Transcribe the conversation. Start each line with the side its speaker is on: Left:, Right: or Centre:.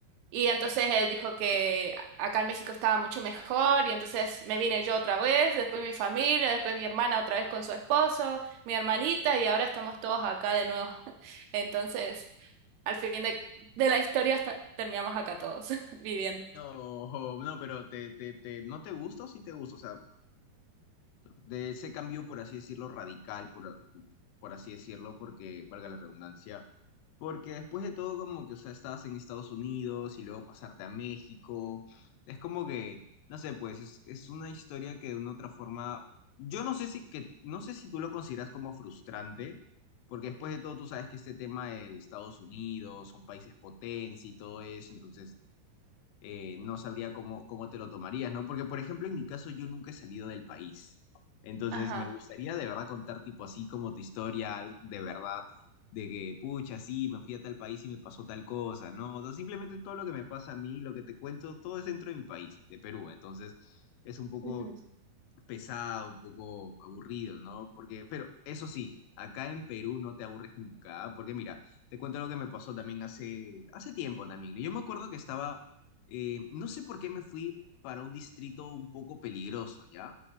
Right: Y entonces él dijo que acá en México estaba mucho mejor y entonces me vine yo otra vez, después mi familia, después mi hermana otra vez con su esposo, mi hermanita y ahora estamos todos acá de nuevo. <laughs> Entonces, al fin de, de la historia esta- terminamos acá todos <laughs> viviendo.
Left: No, no, pero te, te, te, ¿no te gusta o sí te gusta? O sea, de ese cambio, por así decirlo, radical, por, por así decirlo, porque, valga la redundancia, porque después de todo, como que, o sea, estabas en Estados Unidos y luego pasarte a México, es como que, no sé, pues es, es una historia que de una otra forma, yo no sé si, que, no sé si tú lo consideras como frustrante, porque después de todo tú sabes que este tema de, de Estados Unidos, son países potencia y todo eso, entonces eh, no sabría cómo, cómo te lo tomarías, ¿no? Porque, por ejemplo, en mi caso yo nunca he salido del país. Entonces,
Right: Ajá.
Left: me gustaría de verdad contar tipo así como tu historia, algo de verdad, de que, pucha, sí, me fui a tal país y me pasó tal cosa, ¿no? O sea, simplemente todo lo que me pasa a mí, lo que te cuento, todo es dentro de mi país, de Perú. Entonces, es un poco
Right: ujú,
Left: pesado, un poco aburrido, ¿no? Porque, pero eso sí, acá en Perú no te aburres nunca, ¿ah? porque mira, te cuento algo que me pasó también hace, hace tiempo también. ¿no? Yo me acuerdo que estaba, eh, no sé por qué me fui para un distrito un poco peligroso, ¿ya?